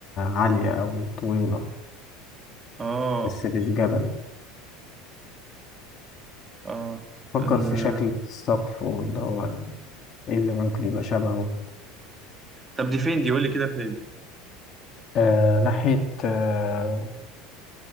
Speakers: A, on the left; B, on the right.
A: عالية أوي طويلة
B: آه
A: بس مش جبل
B: آه
A: فكر
B: آه.
A: في شكل السقف واللي هو إيه اللي ممكن يبقى شبهه
B: طب دي فين دي قول لي كده فين
A: آه ناحية آه